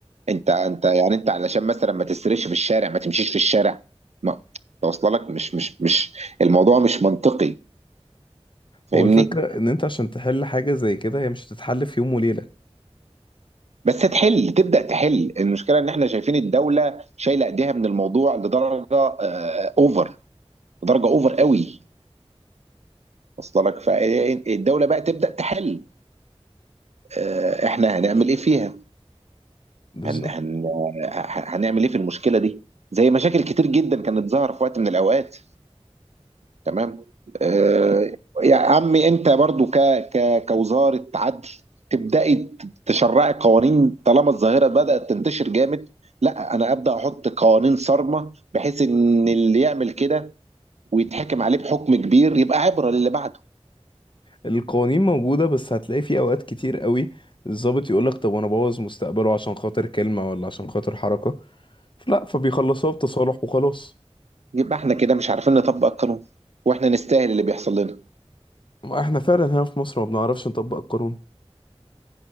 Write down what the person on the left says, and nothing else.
ما هو الفكرة ان انت عشان تحل حاجة زي كده هي مش هتتحل في يوم وليلة
بالظبط
القوانين موجودة بس هتلاقي في أوقات كتير قوي الضابط يقولك طب أنا بوظ مستقبله عشان خاطر كلمة ولا عشان خاطر حركة فلا فبيخلصوها بتصالح وخلاص
ما احنا فعلا هنا في مصر ما بنعرفش نطبق القانون